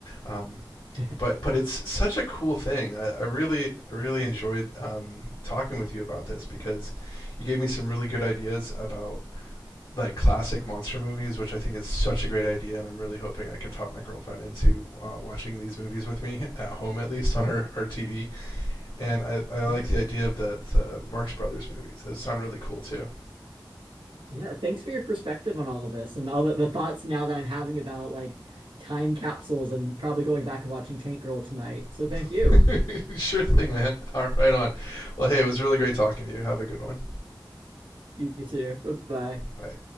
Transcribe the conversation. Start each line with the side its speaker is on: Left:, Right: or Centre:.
Left: um,
Right: <laughs>
Left: but but it's such a cool thing. I, I really I really enjoyed um, talking with you about this because you gave me some really good ideas about like classic monster movies, which I think is such a great idea, and I'm really hoping I can talk my girlfriend into uh, watching these movies with me at home, at least on her, her TV. And I, I like
Right: Yeah.
Left: the idea of the, the Marx Brothers movies. Those sound really cool too.
Right: Yeah. Thanks for your perspective on all of this and all the, the thoughts now that I'm having about like time capsules and probably going back and watching Tank Girl tonight.
Left: <laughs>
Right: So thank you.
Left: sure thing, man. All right, right on. Well, hey, it was really great talking to you. Have a good one.
Right: You too. Bye-bye.
Left: Bye.